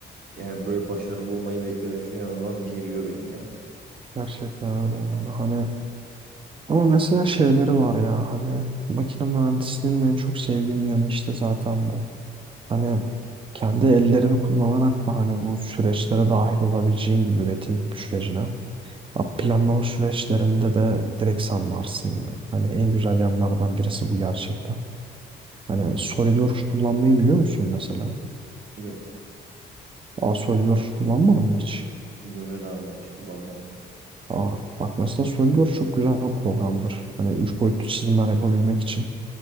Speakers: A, on the right; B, on the right.
A: yani böyle başarılı olmayı beklemesi inanılmaz geriyor beni ya.
B: gerçekten öyle yani. Hani ama mesela şeyleri var ya hani makine mühendisliğinin en çok sevdiğim yanı işte zaten bu. Hani kendi ellerini kullanarak da hani bu süreçlere dahil olabileceğin gibi üretim sürecine. Ha, Planlama süreçlerinde de direkt sen varsın ya. Hani en güzel yanlardan birisi bu gerçekten. Hani SolidWorks kullanmayı biliyor musun mesela?
A: Yok,
B: Aa SolidWorks kullanmadın mı hiç?
A: Yo-Yo daha önce hiç kullanmadım.
B: Aa bak mesela SolidWorks çok güzel bir programdır. Hani üç boyutlu çizimler yapabilmek için.